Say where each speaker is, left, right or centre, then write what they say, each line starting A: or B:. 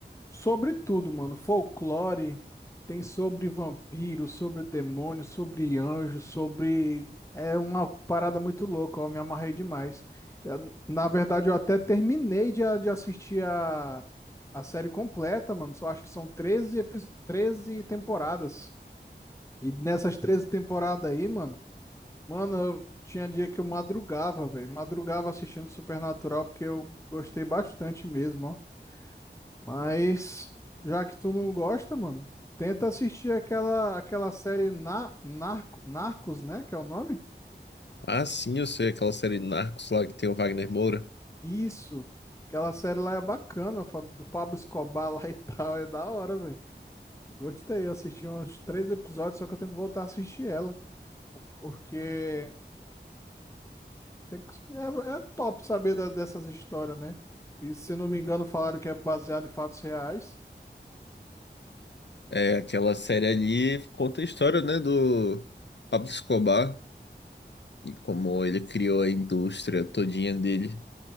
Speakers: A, on the left; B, on the left.
A: sobre tudo, mano. Folclore, tem sobre vampiro, sobre demônio, sobre anjo, sobre. É uma parada muito louca, eu me amarrei demais. Eu- na verdade, eu até terminei de, a- de assistir a, a série completa, mano. Só acho que são treze epis- 13 temporadas. E nessas 13 temporadas aí, mano, mano, eu tinha dia que eu madrugava, velho. Madrugava assistindo Supernatural porque eu gostei bastante mesmo, ó. Mas já que tu não gosta, mano, tenta assistir aquela aquela série Na, Narco, Narcos, né, que é o nome?
B: Ah, sim, eu sei, aquela série Narcos lá que tem o Wagner Moura.
A: Isso. Aquela série lá é bacana, fa- do Pablo Escobar lá <laughs> e tal, é da hora, velho. Gostei, eu assisti uns três episódios, só que eu tenho que voltar a assistir ela, porque Tem que- É, é top saber da- dessas histórias, né? E se não me engano, falaram que é baseado em fatos reais.
B: É, aquela série ali conta a história, né, do Pablo Escobar e como ele criou a indústria todinha dele.